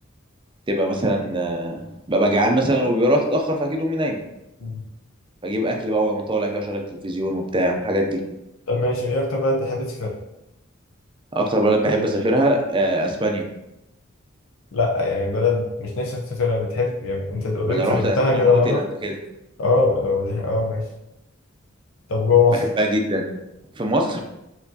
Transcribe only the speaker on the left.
مم.
طب ماشي ايه اكتر بلد بتحب تسافرها
لا يعني بلد مش نفسك تسافرها بتحب يعني انت اوريدي
سافرتها
كده
مره
اه لو دي اه ماشي طب جوه مصر